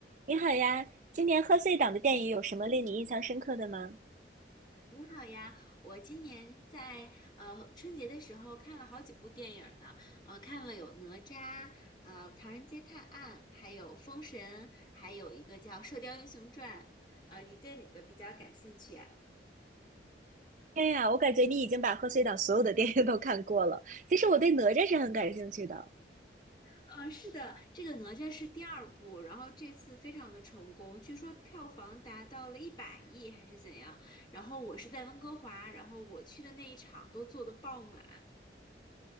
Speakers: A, on the right; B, on the left.
A: 你好呀，今年贺岁档的电影有什么令你印象深刻的吗？
B: 你好呀，我今年在呃春节的时候看了好几部电影儿呢，呃，看了有哪吒，呃，唐人街探案，还有封神，还有一个叫《射雕英雄传》。呃，你对哪个比较感兴趣啊？
A: 天呀，我感觉你已经把贺岁档所有的电影都看过了。其实我对哪吒是很感兴趣的
B: 呃，是的，这个哪吒是第二部，然后这次非常的成功，据说票房达到了一百亿还是怎样。然后我是在温哥华，然后我去的那一场都坐的爆满。